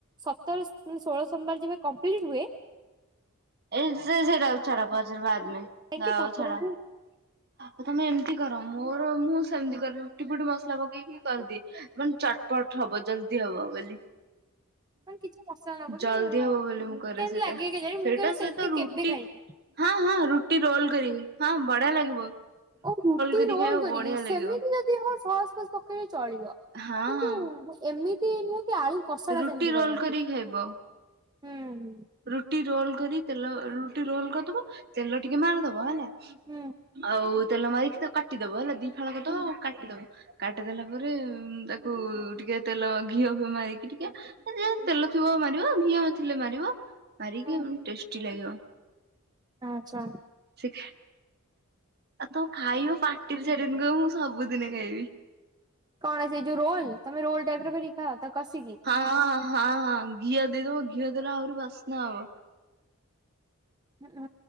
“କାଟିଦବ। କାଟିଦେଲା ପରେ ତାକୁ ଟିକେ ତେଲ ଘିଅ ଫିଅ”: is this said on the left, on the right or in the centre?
Right